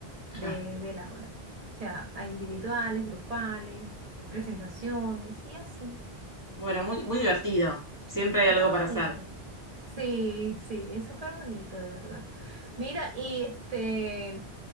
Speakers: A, on the left; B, on the right.
A: claro.
B: de- del aula. O sea, hay individuales, grupales, eh, presentaciones y así.
A: Bueno, muy, muy divertido. Siempre hay
B: Súper
A: algo
B: bonito.
A: para hacer.
B: Sí, sí, es súper bonito, de verdad. Mira, y este,